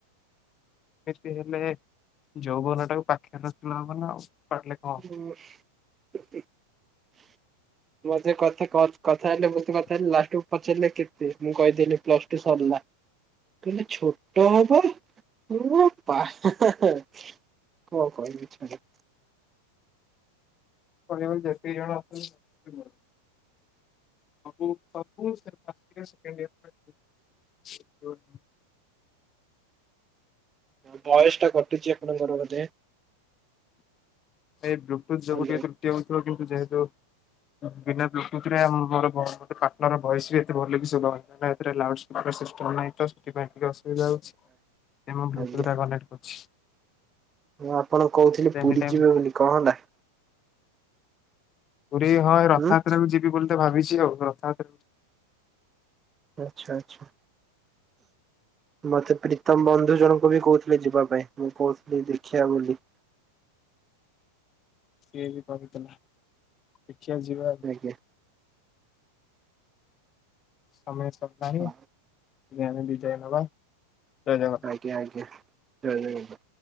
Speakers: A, on the left; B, on the right.
A: ଯେତେ ହେଲେ ଯୌବନଟାକୁ ପାଖେରେ ରଖିଲା ହବ ନା ଆଉ। କାଟିଲେ କଣ ହବ।
B: ମୁଁ ଆଜି ଯାଏଁ କଥା କ କଥା ହେଲେ ମୁଁ ବି କଥା ହେଲି ଲାଷ୍ଟକୁୁ ପଚାରିଲେ କେତେ ମୁଁ କଇଦେନି ପ୍ଲସ ଟୁ ସରିଲା। କହିଲେ ଛୋଟ ହବ ମୁଁ ପା ହେଁ ହେଁ ହେଁ। କଁ କଇବି ଛାଡ।
A: କହିଆକୁ ଗଲେ ଯେତିକି ଜଣ ଅଛ <unintelligible> ସବୁ ସବୁ ସେ ଫାଷ୍ଟ ଇୟର ସେକେଣ୍ଡ ଇୟର <unintelligible>
B: ଆଉ ଭଏସଟା କଟୁଚି ଆପଣଙ୍କର ବୋଧେ।
A: ଏଇ ବ୍ଲୁଟୁଥ
B: ହ୍ୟାଲୋ।
A: ଯୋଗୁ ଟିକେ ତ୍ରୁଟି ହଉଥିବ କିନ୍ତୁ ଯେହେତୁ ଉଁ ବିନା ବ୍ଲୁଟୁଥରେ ଆ ମୋର <unintelligible> ଗୋଟେ ପାର୍ଟନର ଭଏସ୍ ବି ଏତେ ଭଲକି ଶୁଭା ହଉନି କାଇଁନା ଏଥିରେ ଲାଉଡ ସ୍ ବାର ସିଷ୍ଟମ ନାହିଁ ତ ସେଥିପାଇଁ ଟିକେ ଅସୁବିଧା ହଉଛି। ଏ ମୋ ବ୍ଲୁଟୁଥଟା
B: ଆଜ୍ଞା
A: କନେକ୍ଟ କରୁଛି।
B: ମୁଁ ଆପଣଙ୍କୁ କହୁଥିଲି
A: ଏନି
B: ପୁରୀ
A: ଟାଇମ୍
B: ଯିବେ ବୋଲି କଣ ହେଲା?
A: ପୁରୀ ହଁ ଏ ରଥଯାତ୍ରାକୁ
B: ଉଁ?
A: ଯିବି ବୋଲି ତ ଭାବିଚି ଆଉ ରଥଯାତ୍ରାକୁ
B: ଆଛା ଆଛା। ମତେ ପ୍ରୀତମ ବନ୍ଧୁ ଜଣଙ୍କ ବି କହୁ ଥିଲେ ଯିବା ପାଇଁ ମୁଁ କହୁଥିଲି ଦେଖିଆ ବୋଲି।
A: ସିଏ ବି କହୁଥେଲା ଦେଖିଆ ଯିବା।
B: ଆଜ୍ଞା।
A: ସମୟ ସରିଲାଣି
B: ହଁ
A: ଆମେ ଏବେ ବିଦାୟ ନବା। ଜୟ ଜଗନ୍ନାଥ।
B: ଆଜ୍ଞା ଆଜ୍ଞା ଜୟ ଜଗ <unintelligible>